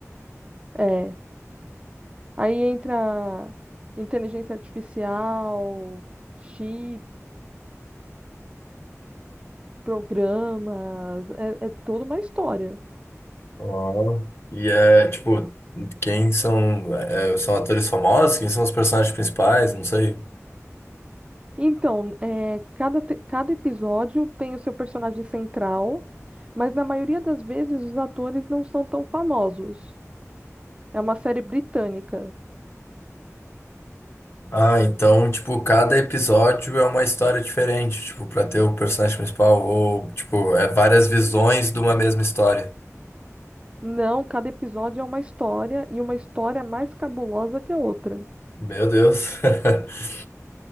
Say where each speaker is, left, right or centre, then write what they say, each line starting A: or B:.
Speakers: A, on the right; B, on the left.
A: É, aí entra inteligência artificial, chips, programas, é, é toda uma história.
B: Ó. E é, tipo, quem são, é, são atores famosos? Quem são os personagens principais? Não sei.
A: Então, é, cada, te- cada episódio tem o seu personagem central, mas na maioria das vezes os atores não são tão famosos. É uma série britânica.
B: Ah, então, tipo, cada episódio é uma história diferente, tipo, pra ter o personagem principal, ou, tipo, é várias visões de uma mesma história.
A: Não, cada episódio é uma história e uma história mais cabulosa que a outra.
B: Meu Deus. <laughs>